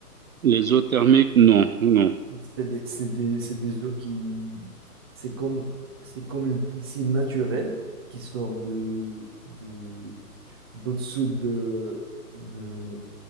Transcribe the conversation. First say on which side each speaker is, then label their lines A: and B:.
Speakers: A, on the right; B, on the right.
A: Les eaux thermiques, non, non.
B: C'est des, c'est des, c'est des eaux qui... C'est comme, c'est comme une piscine naturelle qui sort de, de, d'au-dessous de, de,